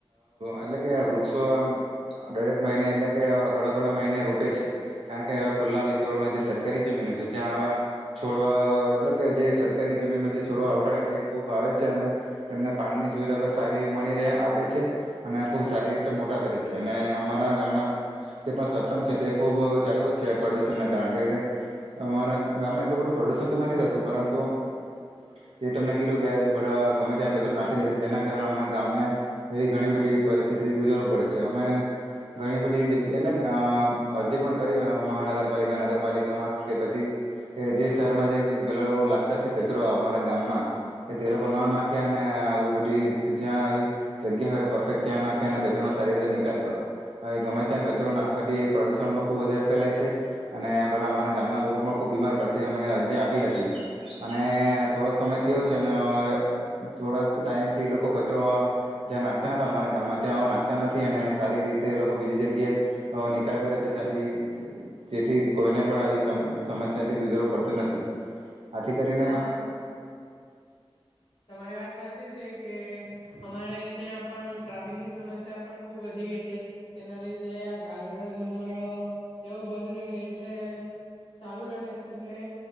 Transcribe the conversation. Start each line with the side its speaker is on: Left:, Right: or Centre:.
Right: એટલે કે વૃક્ષો આરેક મહિ એટલે કે થોડા થોડા મહિને રોપે છે, કારણ કેવા ખુલ્લા વિસ્તારોમાં જે સરકારી જમીન હોય છે ત્યાં, આવા છોડવા એટલે કે જે સરકારી જમીનમાં જે છોડવા આવડા એ ખૂબ વાવે છે અને, તેમને પાણીની સુવિધા પણ સારી મળી રહે આપે છે, અને ખુબ સારી રીતે મોટા કરે છે અને અમારા ગામના, સરપંચ છે તે ખુબ જાગૃત છે પ્રદુષણ ના કારણે અમારા ગામમાં એટલું બધું પ્રદુષણ તો નથી થતું, પરંતુ જે તમને કીધું કે બધા ગમે ત્યાં કચરો નાખી રહે છે જેના કારણે અ ગામને, એવી ઘણી બધી પરિસ્થિતિ ગુજરવું પડે છે અમે. ઘણી બધી જગ્યા એટલે અરજી પણ કરી મહાનગરપાલિકા નગરપાલિકામાં કે પછી, કે જે શહેરમાં જે પેલા લાગતા છે કચરો અમારા ગામમાં, કે તે લોકો ના નાખ્યા અને આવી બધી જ્યાં આવી જગ્યા, હોય પરફેક્ટ ત્યાં નાખ્યા અને કચરોનો સારી રીતે નિકાલ કરો. હવે ગમે ત્યાં કચરો નાખવાથી પ્રદુષણ પણ ખુબ વધારે ફેલાય છે, અને બધા અમારા ગામના લોકો પણ ખુબ બીમાર પડશે અમે અરજી આપી હતી, અને થોડોક સમય થયો છે ને થોડાક ટાઈમથી એ લોકો કચરો, જ્યાં નાખતા હતા અમારા ગામમાં ત્યાં નાખતા નથી અને સારી રીતે તો એ લોકો બીજી જગ્યા નિકાલ કરે છે ત્યાંથી જેથી કોઈને પણ આવી સમસ્યાથી ગુજરવું પડતું નથી હ આથી કરીને
Left: હા તમારી વાત સાચી છે કે અમારે ત્યાં પણ ટ્રાફિકની સમસ્યા પણ ખુબ વધી ગઈ છે તેના લીધે આ ગાડીઓનો ધુમાડો એવો બંધ રહે એટલે ચાલુ રહે એટલે